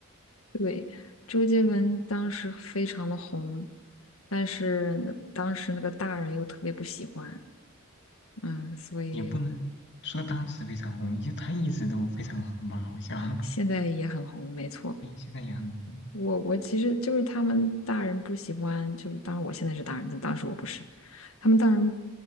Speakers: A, on the left (about 75°); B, on the left (about 55°).
A: 对，周杰伦当时非常的红，但是当时那个大人又特别不喜欢，嗯，所以
B: 也不能说当时非常红，因为它一直都非常红吧，好像。
A: 现在也很红，没错。
B: 对，现在也很多
A: 我我其实就是他们大人不喜欢，就当然我现在是大人，但当时我不是。他们大人